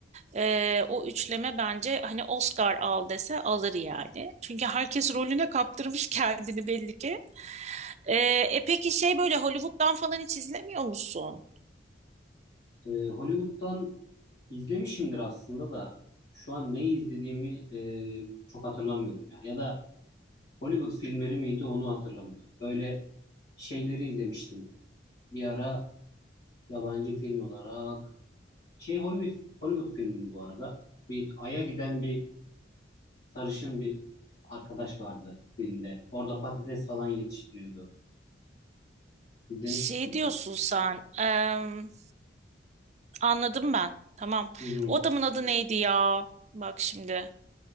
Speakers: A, on the right; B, on the left.
A: e, o üçleme bence hani Oscar al dese alır yani. Çünkü herkes rolüne kaptırmış <laughs> kendini belli ki. Ee, e peki şey böyle Hollywood'dan falan hiç izlemiyor musun?
B: Ee, Hollywood'dan izlemişimdir aslında da şu an neyi izlediğimi e, çok hatırlamıyorum ya. Ya da Hollywood filmleri miydi onu hatırlamıyorum. Böyle şeyleri izlemiştim. Bir ara yabancı film olarak şey Hollywood Hollywood filmi bu arada. Bir aya giden bir sarışın bir arkadaş vardı filmde. Orada patates falan yetiştiriyordu. İzlemiş
A: Şey
B: misindir
A: diyorsun
B: onu?
A: sen. em, anladım ben. Tamam.
B: Hı hı.
A: O adamın adı neydi ya? Bak şimdi.